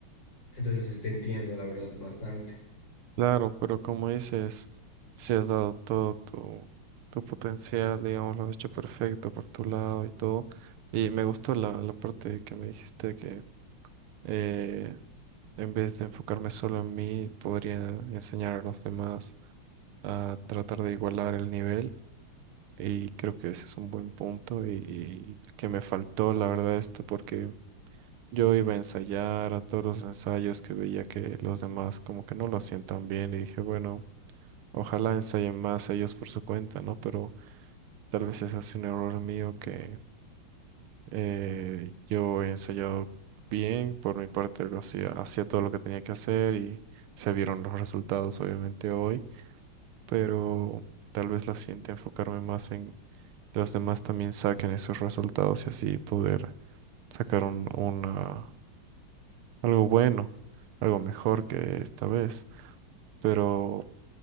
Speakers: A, on the left; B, on the right.
A: Entonces, este, entiendo, la verdad, bastante.
B: claro, pero como dices, si has dado todo tu, tu potencial, digamos, lo has hecho perfecto por tu lado y todo. Y me gustó la, la parte que me dijiste que eh, en vez de enfocarme solo en mí, podría enseñar a los demás a tratar de igualar el nivel. Y creo que ese es un buen punto y, y que me faltó, la verdad, esto, porque yo iba a ensayar a todos los ensayos que veía que los demás como que no lo hacían tan bien y dije, bueno. Ojalá ensayen más ellos por su cuenta, ¿no? Pero tal vez ese es un error mío que eh, yo he ensayado bien, por mi parte lo hacía, hacía todo lo que tenía que hacer y se vieron los resultados obviamente hoy, pero tal vez la siguiente enfocarme más en que los demás también saquen esos resultados y así poder sacar un, una, algo bueno, algo mejor que esta vez. Pero